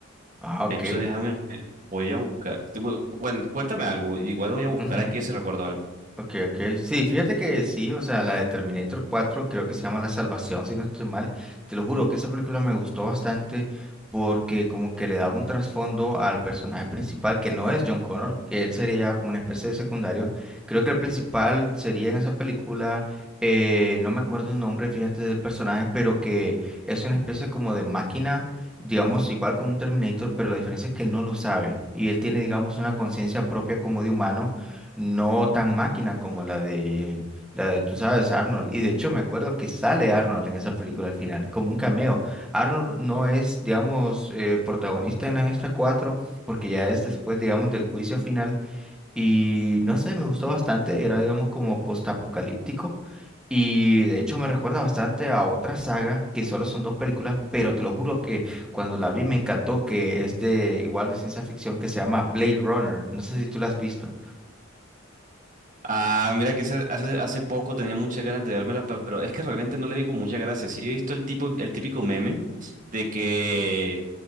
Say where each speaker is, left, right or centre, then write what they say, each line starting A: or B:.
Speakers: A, in the centre; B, on the right.
A: Ah, ok.
B: De hecho, déjame, voy a buscar. Bueno, cuen- cuéntame algo, igual voy a buscar
A: ujú.
B: aquí si recuerdo algo.
A: Ok, ok. Sí, fíjate que sí, o sea, la de Terminator 4 creo que se llama La Salvación, si no estoy mal. Te lo juro que esa película me gustó bastante porque como que le daba un trasfondo al personaje principal, que no es John Connor, que él sería ya como una especie de secundario. Creo que el principal sería en esa película, eh, no me acuerdo el nombre, fíjate, del personaje, pero que es una especie como de máquina, digamos, igual como un Terminator, pero la diferencia es que él no lo sabe y él tiene, digamos, una conciencia propia como de humano no tan máquina como la de, la de, tú sabes, Arnold. Y de hecho me acuerdo que sale Arnold en esa película al final, como un cameo. Arnold no es, digamos, eh, protagonista en la esta 4 porque ya es después, digamos, del juicio final. Y no sé, me gustó bastante, era, digamos, como postapocalíptico. Y de hecho me recuerda bastante a otra saga que solo son dos películas, pero te lo juro que cuando la vi me encantó, que es de igual de ciencia ficción que se llama Blade Runner. No sé si tú la has visto.
B: Ah, mira que ese- hace, hace poco tenía muchas ganas de vérmela, pero es que realmente no le di con mucha gracia. Sí he visto el tipo, el típico meme de que,